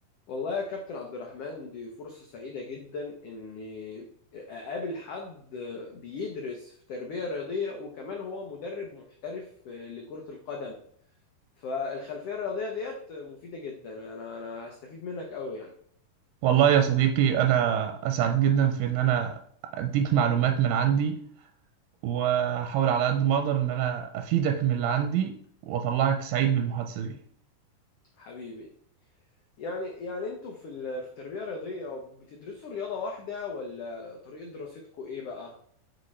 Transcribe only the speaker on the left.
والله يا كابتن عبد الرحمن دي فرصة سعيدة جدا إني أقابل حد بيدرس في تربية رياضية وكمان هو مدرب محترف لكرة القدم فالخلفية الرياضية ديت مفيدة جدا أنا أنا هستفيد منك أوي يعني
حبيبي يعني يعني أنتوا في ال- في التربية الرياضية بتدرسوا رياضة واحدة ولا طريقة دراستكوا إيه بقى؟